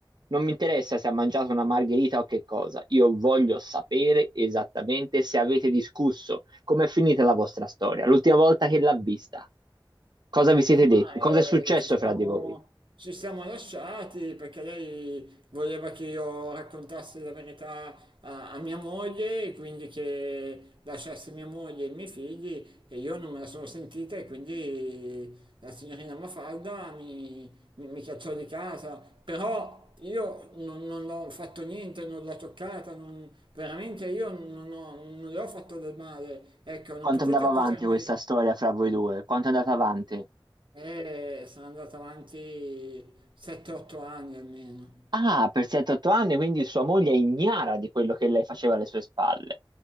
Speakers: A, on the right (about 55°); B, on the right (about 75°).
A: Non mi interessa se ha mangiato una margherita o che cosa, io voglio sapere esattamente se avete discusso, com'è finita la vostra storia, l'ultima volta che l'ha vista. Cosa vi siete
B: Ma
A: detti? Cosa
B: eh,
A: è successo
B: ci siamo,
A: fra di voi?
B: ci siamo lasciati perché lei voleva che io raccontassi la verità a, a mia moglie, e quindi che lasciassi mia moglie e i miei figli e io non me la sono sentita e quindi la signorina Mafalda mi, mi, mi cacciò di casa. Però io non, non ho fatto niente, non l'ho toccata, non- veramente io non ho- non le ho fatto del male. Ecco, non
A: Quanto
B: potete
A: andava
B: accusarmi.
A: avanti questa
B: di...
A: storia fra voi due? Quanto è andata avanti?
B: E sono andato avanti 7-8 anni almeno.
A: Ah, per 7-8 anni, quindi sua moglie è ignara di quello che lei faceva alle sue spalle.